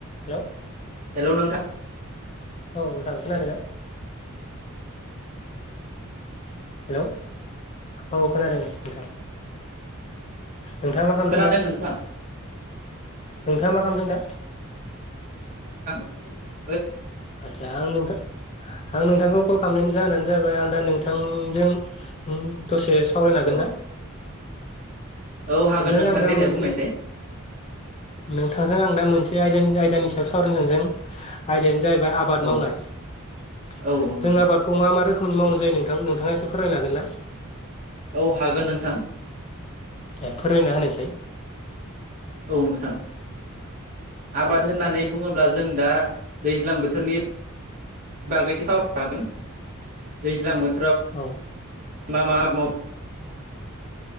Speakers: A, on the left; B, on the right.
A: हेल'
B: hello नोंथा
A: औ नोंथां खोनादोना? हेलौ औ खोनादों नोंथां नोंथाङा मा खालामदों
B: खोनादों
A: दा?
B: नोंथां
A: नोंथाङा मा खामदों दा?
B: ओहो
A: आस्सा आं नोंथां आं नोंथांखौ कल खामनायनि जाहोनानो जाबाय आं दा नोंथांजों उम दसे सावरायनो हागोन
B: औ
A: ना?
B: औ हागोन
A: नोंथांजों
B: नोंथां
A: आं दा
B: देनाय
A: मोनसे
B: बुंनायसाय
A: नोंथांजों आं दा मोनस बे आयदानि आयदानि सायाव सावरायनां जों आयदायानो जाहैबाय आबाद
B: औ
A: मावनाय जों
B: औ नोंथां
A: आबादखौ मा मा रोखोमनि मावनाय जायो नोंथां नोंथाङा एसे फोरमायनो हागोन ना?
B: औ हागोन नोंथां
A: ए फोरमायना होनायसै
B: औ नोंथां आबाद होननानै बुङोब्ला जों दा दैज्लां बोथोरनि बागैसो सावराय हागोन दैज्लां बोथ
A: औ।
B: मा मा आबाद